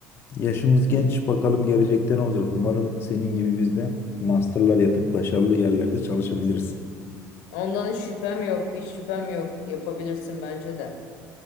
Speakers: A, on the left; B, on the left.
A: e, yaşımız genç bakalım gelecekte ne olacak. Umarım senin gibi biz de masterlar yapıp başarılı yerlerde çalışabiliriz.
B: ondan hiç şüphem yok, hiç şüphem yok. Yapabilirsin bence de.